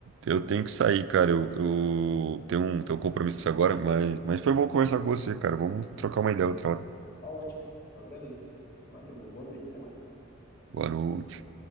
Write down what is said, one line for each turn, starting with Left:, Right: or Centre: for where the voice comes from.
Right: eu tenho que sair, cara. Eu, eu tenho um, tenho um compromisso agora, mas, mas foi bom conversar com você, cara. Vamos trocar uma ideia outra hora.
Left: tá ótimo. Eu agradeço. Valeu, uma boa noite, até mais.
Right: Boa noite.